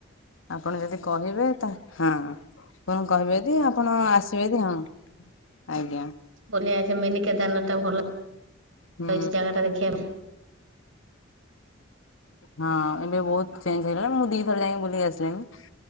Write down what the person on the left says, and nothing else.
ଆପଣ ଯଦି କହିବେ ତା ହଁ- କଣ କହିବେ ଯେ ଆପଣ ଆସିବେ କି, ହଁ ଆଜ୍ଞା
ହୁଁ।
ହଁ ଏବେ ବହୁତ ଚେଞ୍ଜ ହେଇଗଲାଣି, ମୁଁ ଦିଥର ଯାଇକି ବୁଲିକି ଆସିଲଣିି।